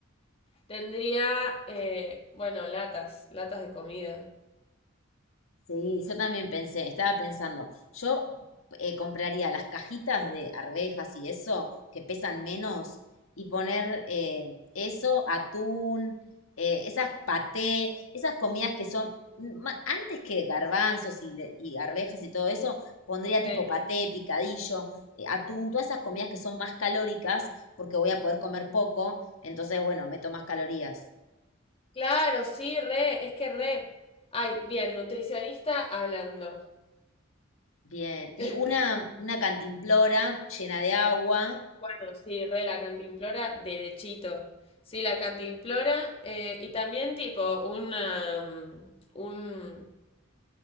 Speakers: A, on the left; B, on the left.
A: tendría, eh, bueno, latas, latas de comida.
B: Sí, yo también pensé, estaba pensando, yo eh, compraría las cajitas de arvejas y eso, que pesan menos, y poner eh, eso, atún, eh, esas paté, esas comidas que son, mm, ma- antes que garbanzos y, le- y arvejas y todo eso, pondría
A: Sí.
B: tipo paté, picadillo, eh, atún, todas esas comidas que son más calóricas, porque voy a poder comer poco, entonces, bueno, meto más calorías.
A: Claro, sí, re, es que re. Ay, bien, nutricionista hablando.
B: Bien, y
A: <laughs>
B: una, una cantimplora llena de agua
A: Bueno, sí, re la cantimplora, derechito. Sí, la cantimplora, eh, y también tipo una, mm, un,